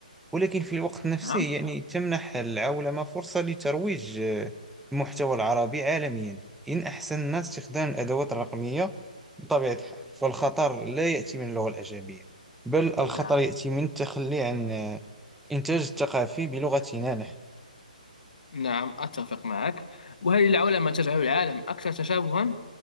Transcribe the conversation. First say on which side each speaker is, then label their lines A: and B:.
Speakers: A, in the centre; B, on the left.
A: ولكن في الوقت نفسه
B: نعم
A: يعني تمنح العولمة فرصة لترويج آه، المحتوى العربي عالميا إن أحسننا استخدام الأدوات الرقمية بطبيعة الحال فالخطر لا يأتي من اللغة الأجنبية بل الخطر
B: نعم
A: يأتي من التخلي عن آه، الإنتاج الثقافي بلغتنا نحن
B: نعم أتفق معك وهل العولمة تجعل العالم أكثر تشابها